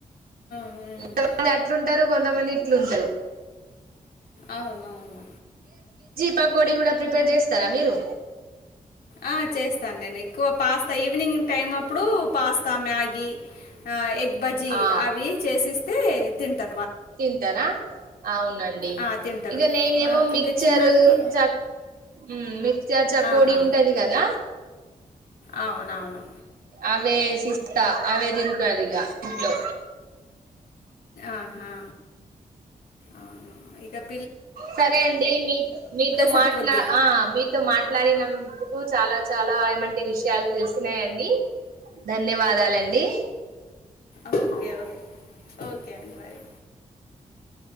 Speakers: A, on the left; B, on the right.
A: ఉమ్.
B: కొంతమంది అట్లుంటరు కొంతమంది ఇట్లుంటరు
A: అవునవును
B: పప్పకోడి కూడా ప్రిపేర్ చేస్తరా మీరు
A: ఆ చేస్తాను నేను ఎక్కువ పాస్తా ఈవినింగ్ టైం అప్పుడు పాస్తా మ్యా ఇ ఆ ఎగ్ బజ్జి
B: ఆ
A: అవి చేసిస్తే తింటా
B: తింటారా అవునండి
A: ఆ! తింటారు.
B: ఇగ నేనేమో
A: ఆహ్,
B: మిక్చరు
A: ఇంకా చిన్నానికి
B: చ మ్ మిక్చర్ చకోడి
A: ఆహా!
B: ఉంటది కదా
A: అవునవును
B: అవేసిస్త అవే దింటదిగా ఇంట్లో
A: ఆహా అవునా ఇతప్
B: సరే అండి మీ, మీతో
A: సరిపోద్ది.
B: మాట్లా ఆ మీతో మాట్లాడినందుకు చాలా. చాలా ఏమంటే విషయాలు తెలిసినాయండి ధన్యవాదాలండి.
A: ఓకే ఓకే ఓకే అండి బాయ్